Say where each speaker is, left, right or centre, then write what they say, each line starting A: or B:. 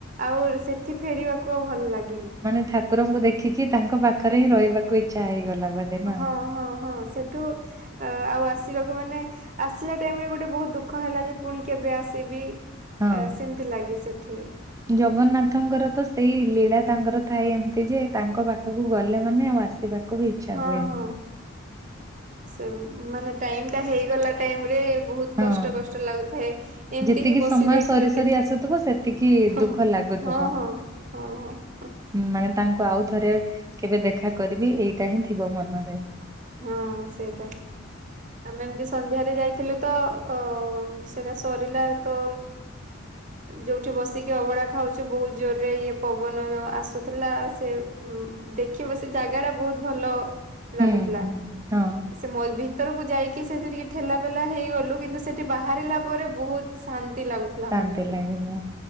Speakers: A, on the right; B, on the right.
A: ଆଉ ର୍- ସେଠି ଫେରିବାକୁ ଆଉ ଭଲ ଲାଗେନ
B: ମାନେ ଠାକୁରଙ୍କୁ ଦେଖିକି ତାଙ୍କ ପାଖରେ ହିଁ ରହିବାକୁ ଇଚ୍ଛା ହେଇଗଲା। ବୋଧେ ନା?
A: ହଁ ହଁ ହଁ ସେଠୁ ଆଉ ଆସ୍ ଆସିବାକୁ ମାନେ ଆସିଲା ଟାଇମ୍ ରେଗୋଟେ ବହୁତ ଦୁଃଖ ହେଲା ଯେ ପୁଣି କେବେ ଆସିବି?
B: ହଁ
A: ଏ, ସେମିତି ଲାଗେ ସେଠି
B: ଜଗନ୍ନାଥଙ୍କର ତ ସେଇ ଲୀଳା ତାଙ୍କର ଥାଏ ଏମିତି ଯେ ତାଙ୍କ ପାଖକୁ ଗଲେ ମାନେ ଆଉ ଆସିବାକୁ ବି ଇଚ୍ଛା
A: ହଁ
B: ହୁଏନି।
A: ହଁ ସେ ମାନେ ଟାଇମ ଟା ହେଇଗଲା ଟାଇମ ରେ ବହୁତ
B: ହଁ
A: କଷ୍ଟ କଷ୍ଟ ଲାଗୁଥାଏ ଏମିତି
B: ଯେତିକି
A: ହିଁ ବସି
B: ସମୟ
A: ଦେଇଥିଲୁ
B: ସରି ସରି
A: କେତ୍
B: ଆସୁଥିବ ସେତିକି
A: ହଁ,
B: ଦୁଃଖ ଲାଗୁଥିବ।
A: ହଁ, ହଁ, ହଁ।
B: ମାନେ ତାଙ୍କୁ ଆଉ ଥରେ କେବେ ଦେଖା କରିବି ଏଇଟା ହିଁ ଥିବ ମନରେ।
A: ହଁ ସେଇଟା। ଆମେ ଏମତି ସନ୍ଧ୍ୟାରେ ଯାଇଥିଲୁ ତ ଅ- ସେଟା ସରିଲା ତ ଯୋଉଠି ବସିକି ଅଭଡା ଖାଉଛୁ ବହୁତ ଜୋରରେ ଇଏ ପବନ ଆସୁଥିଲା ସେ ଦେଖିବ ସେ ଜାଗା ଟା ବହୁତ ଭଲ ଲାଗୁଥିଲା।
B: ହୁଁ ହୁଁ ହଁ
A: ସେ ମ ଭିତରକୁ ଯାଇକି ସେଠି ଟିକେ ଠେଲାପେଲା ହେଇଗଲୁ। କିନ୍ତୁ ସେଠି ବାହାରିଲା ପରେ ବହୁତ ଶାନ୍ତି ଲାଗୁଥିଲା
B: ଶାନ୍ତି
A: ମନରେ
B: ଲାଗିବ